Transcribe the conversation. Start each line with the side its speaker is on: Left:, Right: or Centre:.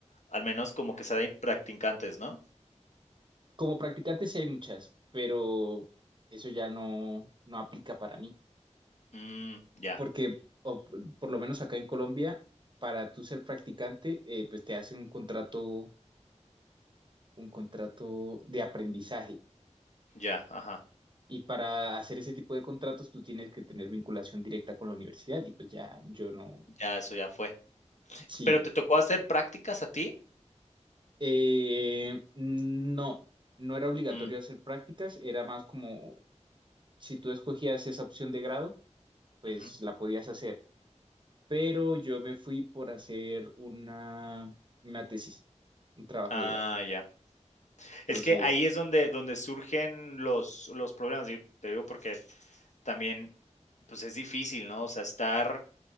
Left: al menos como que sea de practicantes, ¿no?
Right: Como practicantes sí hay muchas, pero eso ya no, no aplica para mí.
Left: Mm, ya,
Right: porque o p- por lo menos acá en Colombia, para tú ser practicante, eh, pues te hacen un contrato, un contrato de aprendizaje.
Left: ya, ajá,
Right: Y para hacer ese tipo de contratos, tú tienes que tener vinculación directa con la universidad. Y pues ya, yo no.
Left: ya, eso ya fue.
Right: Sí.
Left: ¿Pero te tocó hacer prácticas a ti?
Right: Eh, no, no era obligatorio
Left: Mm,
Right: hacer prácticas, era más como si tú escogías esa opción de grado, pues
Left: ujú.
Right: la podías hacer. Pero yo me fui por hacer una, una tesis, un trabajo
Left: Ah,
Right: de grado.
Left: ya. Es
Right: Entonces,
Left: que ahí es donde, donde surgen los, los problemas. y Te digo porque también, pues es difícil, ¿no? O sea, estar,